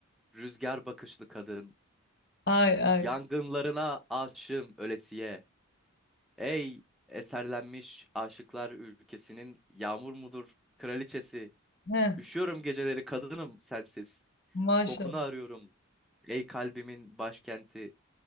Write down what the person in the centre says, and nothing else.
rüzgar bakışlı kadın.
Yangınlarına aşığım ölesiye. Ey eserlenmiş aşıklar ülkesinin yağmur mudur kraliçesi.
Üşüyorum geceleri kadınım sensiz.
Kokunu arıyorum. Ey kalbimin başkenti.